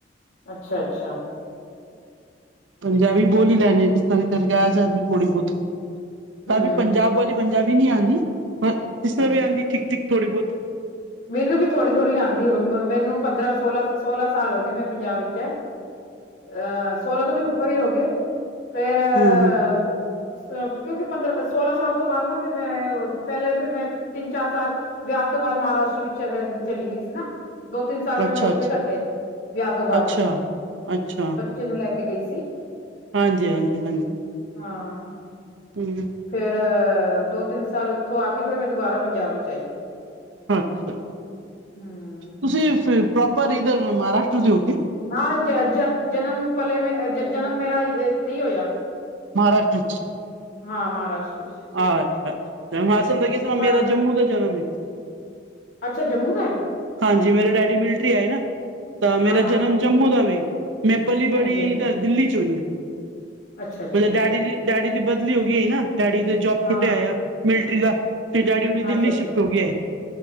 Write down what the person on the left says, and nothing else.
ਅੱਛਾ ਅੱਛਾ।
ਹੂੰ
ਅੱਛਾ
ਮੈਨੂੰ ਵੀ ਥੋੜ੍ਹੀ ਥੋੜ੍ਹੀ ਆਉਂਦੀ ਹੁਣ ਮੈਨੂੰ ਪੰਦਰਾਂ ਸੋਲਾਂ ਸੋਲਾਂ ਸਾਲ ਹੋ ਗਏ ਮੈਂ ਪੰਜਾਬ ਵਿੱਚ ਹੈ ਅਹ ਸੋਲਾਂ ਤੋਂ ਵੀ ਉੱਪਰ ਹੀ ਹੋ ਗਏ ਫੇਰ ਅ
ਕਿਉਂਕਿ ਪੰਦਰਾਂ ਸੋਲਾਂ ਸਾਲ ਤੋਂ ਬਾਅਦ ਨਾ ਫਿਰ ਮੈਂ ਪਹਿਲੇ ਫਿਰ ਮੈਂ ਤਿੰਨ ਚਾਰ ਸਾਲ ਵਿਆਹ ਤੋਂ ਬਾਅਦ ਮਹਾਰਾਸ਼ਟਰ ਵਿੱਚ ਚਲੀ ਗਈ ਸੀ ਨਾ ਦੋ ਤਿੰਨ ਸਾਲ ਰੁਪਏ
ਮੈਂ ਉੱਥੇ
ਕੱਟੇ ਵਿਆਹ ਤੋਂ ਬਾਅਦ
ਬੱਚੇ ਨੂੰ ਲੈ ਕੇ ਗਈ ਸੀ <inaudible>
ਹਾਂ
ਫੇਰ ਦੋ ਤਿੰਨ ਸਾਲ ਉੱਥੋਂ ਆ ਕੇ ਫੇਰ ਮੈਂ ਦੁਬਾਰਾ ਪੰਜਾਬ ਵਿੱਚ ਆਈ
ਹੂੰ।
ਹਾਂ ਜ ਜ ਜਨਮ ਪਲੇ ਮੈਂ ਜਨਮ ਮੇਰਾ ਸਹੀ ਹੋਇਆ
ਹਾਂ ਮਹਾਰਾਸ਼ਟਰ। ਵਿੱਚ
ਪਰ
ਅੱਛਾ ਜੰਮੂ ਦਾ।
ਹਾਂ ਹਾਂ
ਹਾਂਜੀ
ਹਾਂਜੀ
ਅੱਛਾ ਅੱਛਾ
ਅੱਛਾ
ਹਾਂ
ਹਾਂ
ਹਾਂ
ਅੱਛਾ ਅੱਛਾ